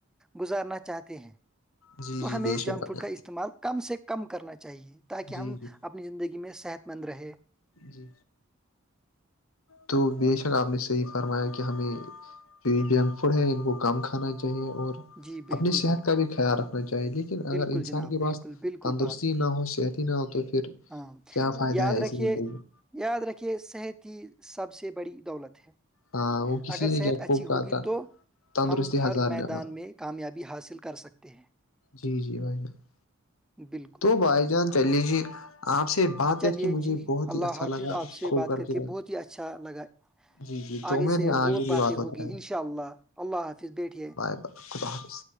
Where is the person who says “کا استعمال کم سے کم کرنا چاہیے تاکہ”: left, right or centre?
Centre